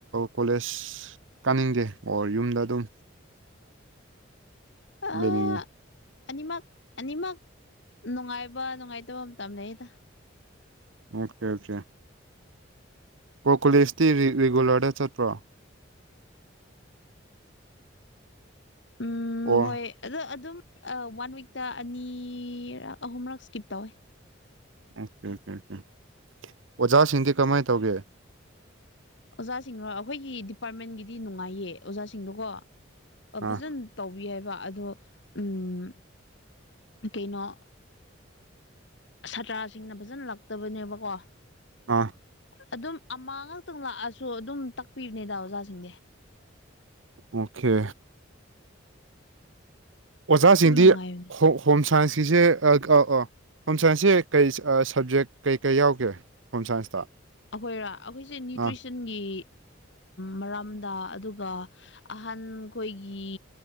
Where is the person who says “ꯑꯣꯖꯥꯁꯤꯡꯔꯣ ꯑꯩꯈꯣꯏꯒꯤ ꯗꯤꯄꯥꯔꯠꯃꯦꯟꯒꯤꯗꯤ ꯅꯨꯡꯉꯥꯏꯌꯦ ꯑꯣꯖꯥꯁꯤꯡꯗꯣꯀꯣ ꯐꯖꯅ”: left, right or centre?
Left